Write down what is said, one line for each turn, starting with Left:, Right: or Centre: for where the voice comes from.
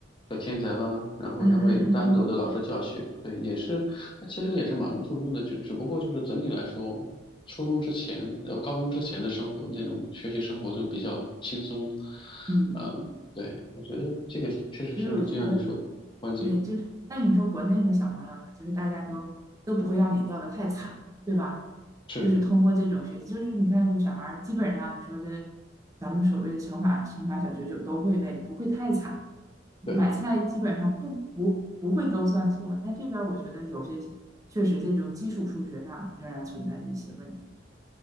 Left: 叫天才班，然后他会单独的老师教学。
Right: 嗯嗯嗯嗯
Left: 对，也是，那其实也是蛮注重的，就只不过就是整体来说，初中之前呃高中之前的生活那种学习生活就比较轻松。
Right: 嗯，
Left: 嗯，对，我觉得这个确实是你就像你说的关键
Right: 所以我觉得。对，就是，但你说国内的小朋友呢，就是大家都都不会让你掉的太惨，对吧？
Left: 是，
Right: 就是通过这种学习，就是你看，有小孩儿基本上你说这，咱们所谓的乘法乘法小九九都会背，不会太惨。买菜基本上不不不会都算错，
Left: 对 <laughs>
Right: 但这边儿我觉得有些确实这种基础数学上仍然存在着一些问题。